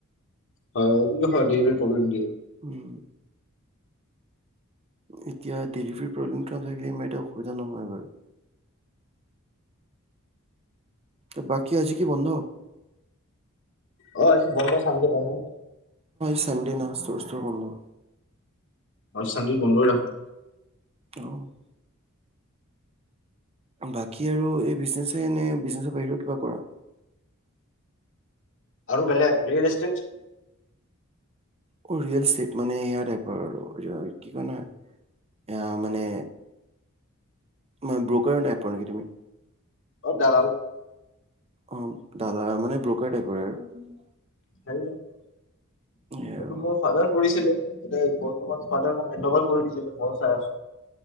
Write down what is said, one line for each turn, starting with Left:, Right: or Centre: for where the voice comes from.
Left: হয় ডেলিভাৰী প্ৰবলেম দিয়ে।
Right: উম', এতিয়া ডেলিভাৰ প্ৰব্লেম নাথাকিলে ইাৰ এতি অসুবিধা নহয় বাৰু। বাকী আজি কি বন্ধ?
Left: অহ ', আজি বন্ধ চানডে বন্ধ।
Right: চডে না স্তৰ স্তৰ বন্ধ।
Left: চানডে বন্ধ কৰি ৰাখো।
Right: অহ ', বাকী আৰু এই বিজনেছহেনে- বিজনেছৰ বাহিৰত কিবা কৰা?
Left: আৰুাৰ বেলেগ ৰিয়েলছস্তিকচ।
Right: অহ ', ৰিয়েল ষ্টেট মানে সেয়া টাইপৰ আৰু কি কয় নহয় এয়া মানে। মই ব্ৰ'কৰণ্। পগমি <unintelligible>
Left: অহ ', দালাল
Right: অহ ', দালা মানে ব্ৰ'কাৰ টাইপৰে আৰু
Left: হেল্ল ',
Right: এয়া
Left: এইটো মোৰ ফাদাৰ কৰিছিলে। এতিয়া বৰ্তমান ফাদাৰ মোক হেণ্ডঅভাৰ কৰি দিছিলে মই চাই আছো।